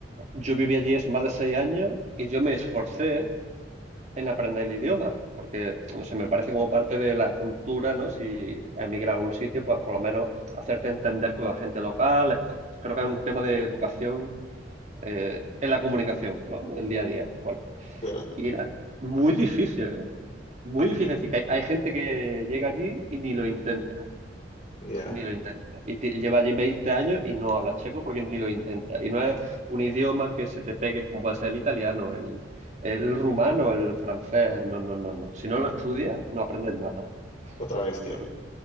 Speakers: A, on the right; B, on the left.
A: yo viví allí hace más de seis años y yo me esforcé en aprender el idioma, porque, no sé, me parece como parte de la cultura, ¿no? Si emigras a algún sitio, pues por lo menos hacerte entender con la gente local. Es co- Creo que es un tema de educación eh, en la comunicación, ¿no? Del día a día. Bueno,
B: Claro.
A: y era muy difícil, ¿eh? Muy difícil. Es decir, que hay, hay gente que llega allí y ni lo intenta.
B: Ya.
A: Ni lo intenta. Y ti- lleva allí 20 años y no habla checo porque ni lo intenta. Y no es un idioma que se te pegue como puede ser el italiano, el, el rumano, el francés. No, no, no, no. Si no lo estudias, no aprendes nada,
B: Otra vez, tía.
A: ¿sabes?